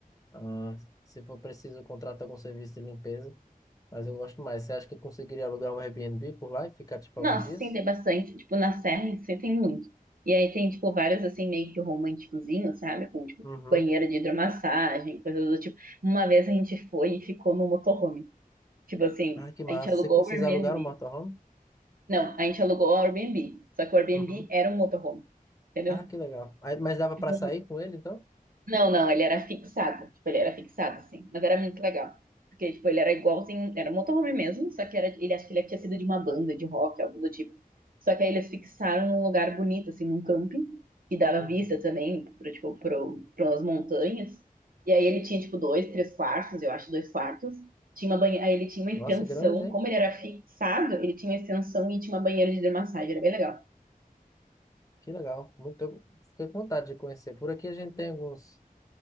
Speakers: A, on the left; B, on the right.
A: Ah, se for preciso, contrata algum serviço de limpeza. Mas eu gosto mais. Você acha que eu conseguiria alugar um Airbnb por lá e ficar, tipo,
B: Nossa,
A: alguns dias?
B: sim, tem bastante. Tipo, na Serra em si tem muito. E aí tem, tipo, vários, assim, meio que românticozinhos, sabe? Com, tipo,
A: Uhum,
B: banheiro de hidromassagem, coisas do tipo. Uma vez a gente foi e ficou no motorhome. Tipo assim,
A: Ah, que massa.
B: a gente alugou
A: Você co- Vocês
B: o Airbnb.
A: alugaram o motorhome?
B: Não, a gente alugou o Airbnb. Só que o Airbnb
A: uhum,
B: era um motorhome, entendeu?
A: Ah, que legal. Aí- Mas dava
B: Tipo,
A: pra sair com ele, então?
B: Não, não, ele era fixado. Tipo, ele era fixado, assim. Mas era muito legal. Porque, tipo, ele era igualzinho. Era um motorhome mesmo, só que era, ele acho que ele tinha sido de uma banda de rock, algo do tipo. Só que aí eles fixaram num lugar bonito, assim, num camping, que dava
A: uhum.
B: vista também, pro, tipo, pro, pras montanhas. E aí ele tinha, tipo, dois, três quartos, eu acho, dois quartos. Tinha uma banheira. Aí ele tinha uma extensão.
A: Nossa, grande, hein?
B: Como ele era fixado, ele tinha uma extensão e tinha uma banheira de hidromassagem. Era bem legal.
A: Que legal. Muito, eu fiquei com vontade de conhecer. Por aqui a gente tem alguns.